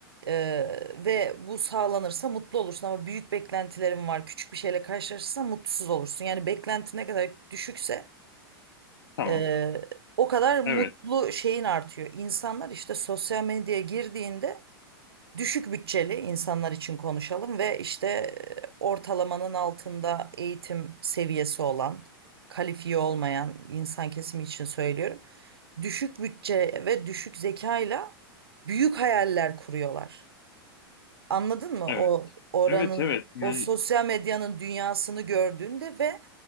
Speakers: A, on the right (about 80°); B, on the left (about 70°).
A: eee, ve bu sağlanırsa mutlu olursun ama büyük beklentilerin var. Küçük bir şeyle karşılaşırsan mutsuz olursun. Yani beklenti ne kadar düşükse
B: tamam.
A: eee, o kadar mutlu
B: Evet,
A: şeyin artıyor. İnsanlar işte sosyal medyaya girdiğinde Düşük bütçeli insanlar için konuşalım ve işte e, ortalamanın altında eğitim seviyesi olan, kalifiye olmayan insan kesimi için söylüyorum. Düşük bütçe ve düşük zekayla büyük hayaller kuruyorlar. Anladın mı?
B: evet.
A: O oranın,
B: Evet, evet. Yani
A: o sosyal medyanın dünyasını gördüğünde ve